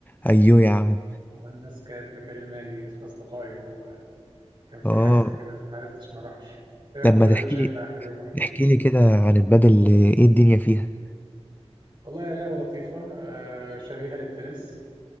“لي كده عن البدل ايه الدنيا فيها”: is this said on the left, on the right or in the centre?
Left